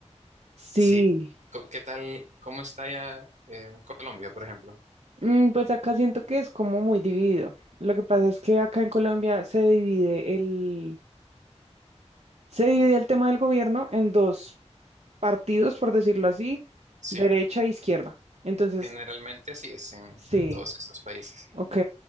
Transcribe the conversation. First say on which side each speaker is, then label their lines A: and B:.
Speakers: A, on the right; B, on the right.
A: Sí.
B: Sí, co- ¿qué tal? ¿Cómo está ya en Colombia, por ejemplo?
A: Mm, Pues acá siento que es como muy dividido. Lo que pasa es que acá en Colombia se divide el, se divide el tema del gobierno en dos partidos, por decirlo así,
B: Sí,
A: derecha e izquierda. Entonces,
B: generalmente así es en,
A: sí,
B: en todos estos países.
A: ok.